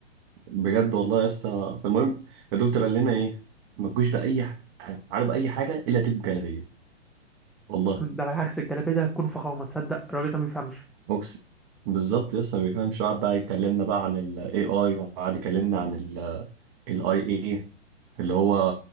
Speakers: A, on the right (about 30°); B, in the centre.
A: بجد والله يا اسطى فالمهم الدكتور قال لنا ايه ما تجوش باي ح- تعالوا باي حاجه الا تجيب جلابيه والله
B: ده بالعكس الجلابيه دي هتكون فخامه تصدق الراجل ده ما بيفهمش
A: اقسم بالظبط يا اسطى ما بيفهمش وقعد بقى يكلمنا بقى عن الاي اي وقعد يكلمنا عن الاي اي اللي هو